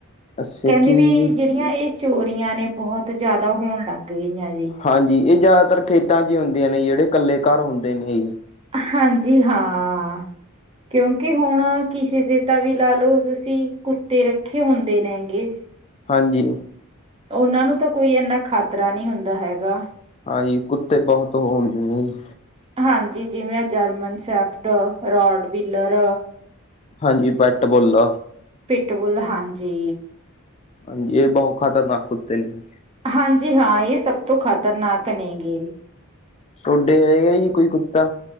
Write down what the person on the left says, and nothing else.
ਅੱਛਾ
ਕੀ
ਹਾਂਜੀ ਇਹ ਜ਼ਿਆਦਾਤਰ ਖੇਤਾਂ ਚ ਹੀ ਹੁੰਦੀਆਂ ਨੇ ਜਿਹੜੇ ਇਕੱਲੇ ਘਰ ਹੁੰਦੇ ਨੇ
ਹਾਂਜੀ
ਹਾਂਜੀ ਕੁੱਤੇ ਬਹੁਤ ਹੋ ਹੁੰਦੇ ਨੇ ਜੀ
ਹਾਂਜੀ ਪੈਟ ਬੁੱਲ
ਹਾਂਜੀ ਇਹ ਬਹੁ ਖਤਰਨਾਕ ਕੁੱਤੇ ਨੇ
ਥੋਡੇ ਹੈਗੇ ਜੀ ਕੋਈ ਕੁੱਤਾ